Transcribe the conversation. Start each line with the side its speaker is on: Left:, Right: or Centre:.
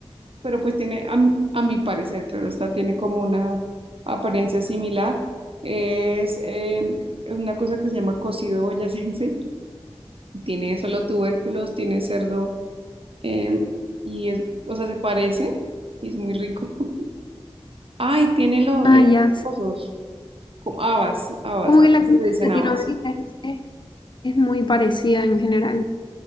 Right: pero pues tiene, a, mi a mi parecer, claro, esta tiene como una apariencia similar. Es em, una cosa que se llama cocido boyacense Tiene solo tubérculos, tiene cerdo eh, y es, o sea, se parece y es muy rico. <laughs> Ay, tiene los
Left: Ah, ya. sí.
Right: cosos, como habas, habas,
Left: Como
Right: acá
Left: que la comida
Right: se le dicen
Left: de Latinoamérica
Right: habas.
Left: es, es- es muy parecida en general.